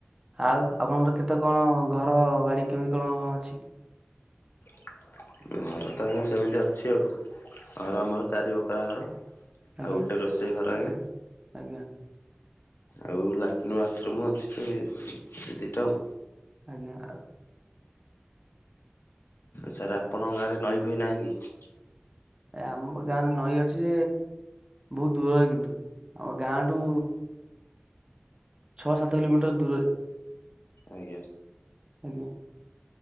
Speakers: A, on the right (about 20°); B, on the left (about 65°).
A: ଆଉ ଆପଣଙ୍କର କେତେ କଣ ଘର ବାଡି କେମିତି କଣ କଣ ଅଛି?
B: <inaudible> ଘର ତ ଆଜ୍ଞା ସେମିତି ଅଛି ଆଉ ଘର ଆମର ଚାରି ବଖରା ଘର। ଆଉ
A: ଆଜ୍ଞା
B: ଗୋଟେ ରୋଷେଇ ଘର ଆଗେ
A: ଆଜ୍ଞା
B: ଆଉ ଲାଟ୍ରନ୍ ବାଥରୁମ ଅଛି ଏ ଦିଇଟା ଆଉ।
A: ଆଜ୍ଞା ଆଉ
B: ସାର୍ ଆପଣଙ୍କ ଗାଁରେ ନଈ ପୋଇ ନାହିଁ କି?
A: ଏ ଆମ ଗାଁରେ ନଈ ଅଛି ବହୁତ ଦୂରରେ କିନ୍ତୁ ଆମ ଗାଁଠୁ ଛଅ ସାତ କିଲୋମିଟର ଦୂରରେ
B: ଆଜ୍ଞା।
A: ଆଜ୍ଞା